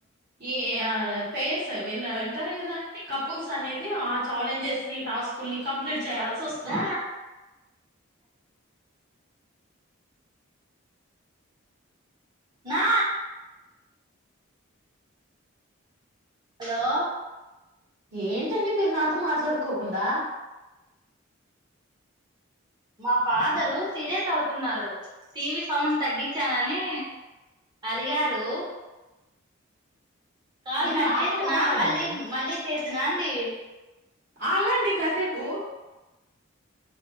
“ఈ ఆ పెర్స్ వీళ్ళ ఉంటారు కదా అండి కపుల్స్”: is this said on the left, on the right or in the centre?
Right